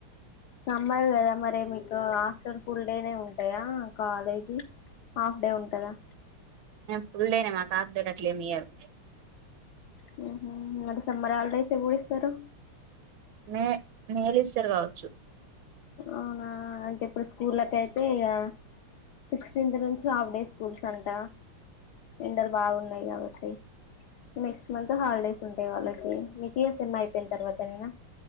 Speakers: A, on the left; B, on the right.
A: సమ్మర్ కదా మరి మీకు హాస్టల్ ఫుల్ డేనే ఉంటాయా కాలేజీ హాఫ్ డే ఉంటదా
B: ఫుల్ డేనే మాకు హాఫ్ డే గట్ల ఏం ఇయ్యారు
A: హెన్ హు ఈ మధ్య సమ్మర్ హాలిడేస్ ఎప్పుడూ ఇస్తారు
B: మే మేలో ఇస్తారు కావచ్చు
A: అవునా అంటే ఇప్పుడు స్కూళ్లకైతే ఇయా సిక్టీంత్ నుం చి హాఫ్ డే స్కూల్స్ అంట ఎండలు బాగున్ న్నాయ్ కాబట్టి నెక్స్ట్ మంత్ హాలిడేస్ ఉం ఎ వాళ్ళకి కియో సిన్మా అయిపోయిన్ తర్వాత నేనా